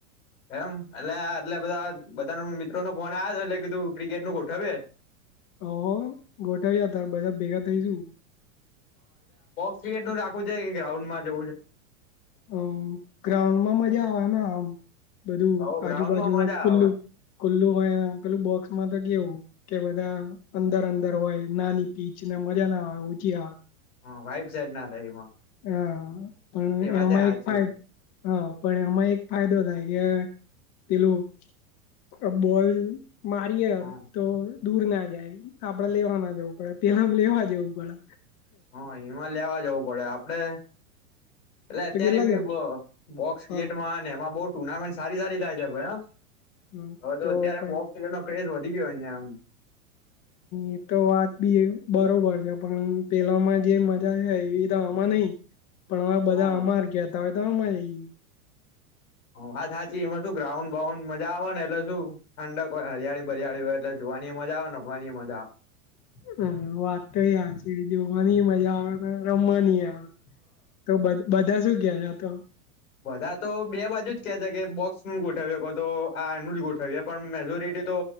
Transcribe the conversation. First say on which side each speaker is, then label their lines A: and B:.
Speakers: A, on the left; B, on the left.
A: એમ એટલે એટલે બધા બધા મિત્રોનો ફોન આવ હતો એટલે કીધું ક્રિકેટ નું ગોઠવીએ
B: હ ગોઠવ્યા હતા બધા ભેગા થઈશુ
A: એટું રાાખવું છે કે ગ્રાઉન્ડમાં જવું છે
B: હ ગ્રાઉન્ડમાં મજા આવે ને આમ બધું
A: હવ ગ્રાઉન્ડમાં
B: આજુબાજુમાં
A: મજા
B: ખુલ્લું
A: આવે
B: ખુલ્લું હોયે પેલું બોક્સ માં તો કેવું કે બધા અંદર અંદર હોય નાની પીચ ને મજા ના હોય ઉછી
A: હ વયપ સેટ ના થાયે એમાં
B: હા પણ
A: એ વાતે
B: એમાં
A: હાચી
B: એક ફાયદો હા પણ એમાં એક ફાયદો થાય કે પેલું અબ બોલ. મારીએ
A: હ
B: તો દૂર ના જાય, આપડે લેવા ના જવું પડે પેલા લેવા જવું પડે.
A: હ એમાં લેવા જવું પડે આપડે. એટલે અત્યારે
B: તો કેટલા
A: બીબ
B: જણ
A: બોક્સ
B: હા
A: ગેટમાં ને એમાં બ ટુર્નામેન્ટ સારી સારી થાય છે ભઈ હ.
B: હમ,
A: હવે તો અત્યારે
B: પ
A: બોક્સ ક્રિકેટ નો ક્રેઝ વધી ગયો અહિયાં એમ.
B: એ તો વાત બી એમ બરોબર છે, પણ પેલામાં જે મજા છે એ તો આમાં નઈ પણ હવે
A: એમ
B: બધા આમાર કહેતા હોય તો અમારા લઈએ
A: હા વાત હાચી એમાં શું ગ્રાઉન્ડ બાઉન્ડ મજા આવે ને એટલે શું ઠંડક હોય હરિયાળી બરિયાળી હોય એટલે જો ની મજા આવે ને. રમવાની મજા
B: હા વાત તો એ સાચી જો રમવાની મજા આવે હ રમવા ની આવે તો બધા શું કે તો.
A: બધા તો બે બાજુ જ કે છે કે બોક્સ ન ગોઠવીએ કો તો આ એનું જ ગોઠવીએ પણ મેજોરિટી તો.